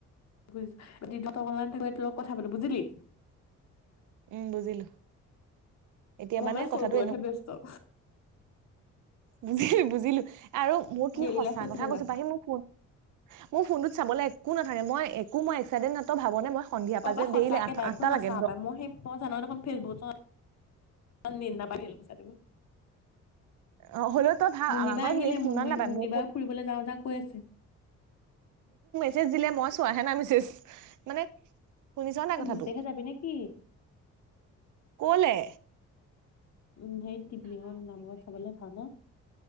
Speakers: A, on the left (about 60°); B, on the right (about 80°).
A: ত অনলাইন থাকোতে তোৰ লগত কথা পাতো বুজিলি।
B: উম বুজিলো। এতিয়া
A: মোৰ মানে
B: কথাটো
A: সৰুবোৰতহে ব্যস্ত।
B: বুজিলো বুজিলো আৰু মোৰ কি
A: ডেইলী
B: সঁচা
A: লাইফটো
B: কথা
A: তেনেকুৱা
B: কৈছো পাহি মোৰ ফোন মোৰ ফোনটোত চাবলে একো নাথাকে মই। একো মই একসাইডেট নাই তই ভাবনে মই। সন্ধিয়া পা
A: অবা
B: যে
A: সঁচাকে
B: দেৰি আঠ
A: পাই একো
B: আঠটা
A: নাচাও
B: লাগে
A: পায় মই সেই মই জানএ দেখোন ফেচবুকত। ন নি ন পাই খেল পছ ত মি <inaudible>
B: অ হ'লেও তই ভাব
A: মুনিবাই
B: আমাৰ ঘৰত
A: আহিলে
B: নেট কিমান
A: মু
B: নাপায়
A: মুনিবাইও
B: মোৰ ফোন
A: ফুৰিবলৈ যাওঁ যাওঁ কৈ আছে।
B: যে জিলে মা। আহে নাই আমি সেছ, মানে শুনিছা নাই
A: অ
B: কথাটো?
A: বিশটাৰিখে যাবি নে কি?
B: কৌলে?
A: উম সেই টিপলিঙৰ নামঘৰত চাবলে ভাল হে